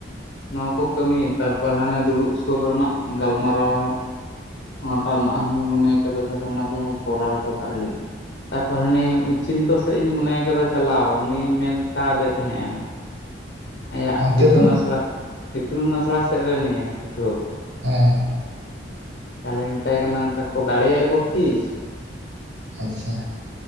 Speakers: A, on the left (about 55°); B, on the right (about 70°).
A: ᱱᱚᱣᱟ ᱠᱚ ᱠᱟᱹᱢᱤ ᱛᱟᱨᱯᱚᱨ ᱦᱟᱱᱮ ᱫᱩᱲᱩᱵ ᱥᱩᱨ ᱨᱮᱱᱟᱜ ᱜᱟᱞᱢᱟᱨᱟᱣ ᱚᱱᱟ ᱴᱟᱜ ᱨᱮᱱᱟᱜ ᱦᱚᱧ ᱢᱚᱱᱮ ᱠᱟᱫᱟ ᱛᱟᱦᱞᱮ ᱚᱱᱟ ᱠᱚᱦᱚᱸ ᱠᱚᱨᱟᱣ ᱦᱚᱴᱚ ᱠᱟᱜ ᱦᱩᱭᱩᱜᱼᱟ᱾ ᱛᱟᱯᱚᱨ ᱦᱟᱱᱤ ᱩᱪᱤᱱᱛᱚ ᱥᱮᱜ ᱤᱧ ᱢᱚᱱᱮ ᱠᱟᱫᱟ ᱪᱟᱞᱟᱣ ᱩᱱᱤᱧ ᱢᱮᱱ ᱠᱟᱣᱫᱮ ᱛᱟᱦᱮᱸᱜᱼᱟ᱾ ᱟᱭᱟᱜ
B: ᱚᱱᱛᱮ
A: ᱤᱛᱩᱱ
B: ᱫᱚ
A: ᱟᱥᱲᱟ ᱥᱮᱫ ᱤᱛᱩᱱ ᱟᱥᱲᱟ ᱥᱮᱜ ᱨᱮ ᱱᱤᱭᱟᱹ ᱯᱟᱹᱴᱷᱩᱣᱟᱹ ᱠᱚ᱾
B: ᱦᱮᱸ
A: ᱛᱟᱦᱚᱞᱮᱧ ᱢᱮᱛᱟᱭ ᱠᱟᱱᱟ ᱚᱝᱠᱟ ᱠᱚ ᱫᱟᱲᱮᱭᱟᱜᱼᱟ ᱠᱚ ᱠᱤ?
B: ᱟᱪᱪᱷᱟ